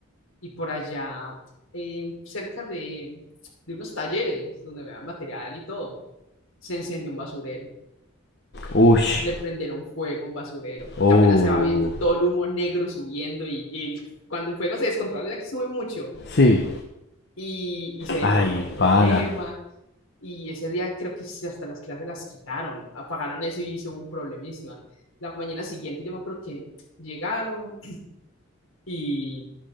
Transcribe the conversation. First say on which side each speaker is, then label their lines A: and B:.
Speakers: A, on the left; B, on the left.
A: y por allá eh, cerca de, de unos talleres donde me dan material y todo, se encendió un basurero.
B: Ush.
A: Le prendieron fuego a un basurero, porque
B: Oh.
A: apenas se va viendo todo el humo negro subiendo y, y el- cuando el fuego se descontrola, ya que sube mucho,
B: Sí.
A: y, y se deformó
B: Ay,
A: el problema.
B: pana.
A: Y ese día creo que sí, hasta las clases las quitaron, apagaron eso y hizo un problemísima. La mañana siguiente yo me acuerdo que llegaron y,